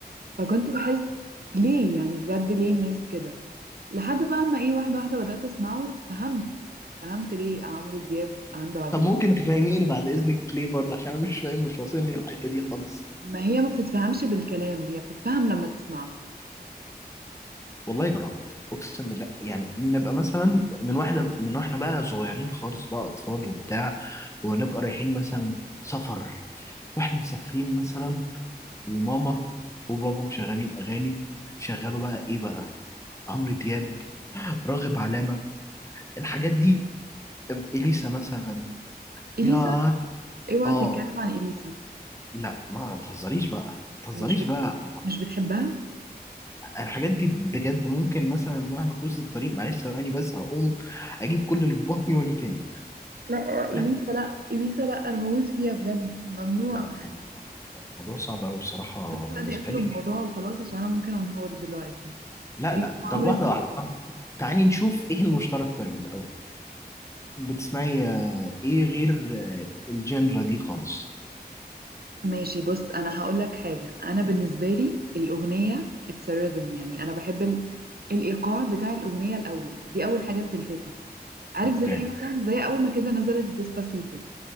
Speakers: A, on the right (about 65°); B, on the left (about 15°).
A: فكنت بحس ليه يعني بجد ليه الناس كده لحد بقى ما ايه واحده واحده بدات اسمعه فهمت فهمت ليه عمرو دياب عنده عبيد
B: طب ممكن تفهميني بعد اذنك ليه برضه عشان انا مش فاهم مش واصلني الحته دي خالص
A: ما هي ما بتتفهمش بالكلام هي بتتفهم لما تسمعه
B: والله جربت اقسم بالله يعني نبقى مثلا من واحنا من واحنا بقى صغيرين خالص بقى اطفال وبتاع ونبقى رايحين مثلا سفر واحنا مسافرين مثلا وماما وبابا مشغلين اغاني شغلوا بقى ايه بقى عمرو دياب راغب علامة الحاجات دي أم، اليسا مثلا
A: اليسا
B: يا
A: اوعى
B: اه
A: تتكلم عن اليسا
B: لا ما تهزريش بقى ما تهزريش
A: مش بت...
B: بقى
A: مش بتحبها
B: الحاجات دي بجد ممكن مثلا واحنا في وسط الطريق معلش ثواني بس هقوم اجيب كل اللي في بطني واجي تاني
A: لا اليسا
B: لا
A: لا اليسا لا انا بموت فيها بجد ممنوع
B: لا الموضوع الموضوع صعب قوي بصراحة
A: حاسه
B: بالنسبة
A: ان اقفل
B: لي
A: الموضوع وخلاص عشان انا ممكن انهار دلوقتي
B: لا
A: اليسا
B: لا
A: وعمرو
B: طب واحدة
A: دياب
B: واحدة طب تعالي نشوف ايه المشترك طيب الاول بتسمعي ايه غير آه، الجنرا دي خالص
A: ماشي بص انا هقول لك حاجه انا بالنسبه لي الاغنيه اتس ريذم يعني انا بحب ال... الايقاع بتاع الاغنيه الاول دي اول حاجه بتلفتني عارف
B: اوكي
A: زي ايه مثلا زي اول ما كده نزلت ديسباسيتو